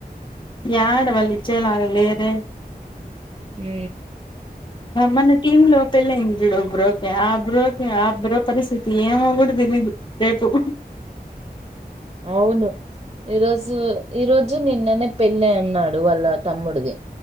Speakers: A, on the left; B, on the right.
A: యడ వళ్ళ ఇచ్చేలుగలేరే
B: అ
A: మొన్న టివి లో పళ్ల అయేది చూడు టీ ఆబ్ బ్ర ఆబ్ బ్ర పరిస్థితి ఏమో కూడా తెలీదు ఎదు
B: అవును ఈరోజు ఈరోజు నిన్ననే పెళ్ళి అన్నాడు వల్ల తమ్ముడిది